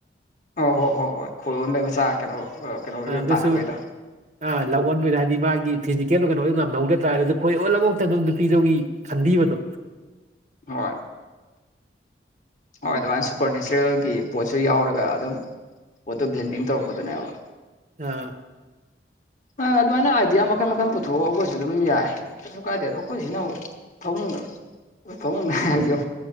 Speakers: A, on the left; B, on the right.
A: ꯑꯥꯎ ꯑꯥꯎ ꯍꯣꯏ ꯍꯣꯏ ꯍꯣꯏ ꯈꯣꯏꯔꯣꯟꯗꯩ ꯃꯆꯥ ꯀꯩꯅꯣ ꯀꯩꯅꯣꯒꯤ
B: ꯑꯒꯁꯨ
A: ꯇꯥꯟꯅꯕꯩꯗꯣ
B: ꯑ ꯂꯧ ꯑꯣꯟꯕꯩꯗꯣ ꯍꯥꯏꯗꯤ ꯃꯥꯒꯤ ꯐꯤꯖꯤꯀꯦꯜꯗꯣ ꯀꯩꯅꯣꯒꯤ ꯉꯝꯃꯧꯗ ꯇꯥꯔꯦ ꯑꯗꯨ ꯈꯣꯏ ꯑꯣꯜꯂꯕꯧꯇ ꯗꯨꯝ ꯅꯨꯄꯤꯗꯨꯒꯤ ꯈꯟꯕꯤꯕꯗꯣ
A: ꯍꯣꯏ ꯑꯣꯏ ꯑꯗꯨꯃꯥꯏꯟ ꯁꯨꯄꯔ ꯅꯦꯆꯔꯦꯜꯒꯤ ꯄꯣꯠꯁꯨ ꯌꯥꯎꯔꯒ ꯑꯗꯨꯝ ꯄꯣꯠꯇꯨ ꯕ꯭ꯂꯦꯟꯗꯤꯡ ꯇꯧꯔꯛꯄꯗꯨꯅꯦꯕ
B: ꯑꯥ
A: ꯑ ꯑꯗꯨꯃꯥꯏꯅ ꯑꯥꯏꯗꯤꯌꯥ ꯃꯈꯟ ꯃꯈꯟ ꯄꯨꯊꯣꯛꯑꯣ ꯑꯩꯈꯣꯏꯁꯨ ꯑꯗꯨꯝ ꯌꯥꯏ ꯀꯩꯁꯨ ꯀꯥꯏꯗꯦ ꯑꯗꯣ ꯑꯩꯈꯣꯏꯁꯤꯅ ꯑꯃꯨꯛ ꯐꯃꯨꯡꯗ ꯐꯃꯨꯡꯗ ꯍꯥꯏꯖꯦ ꯌꯣ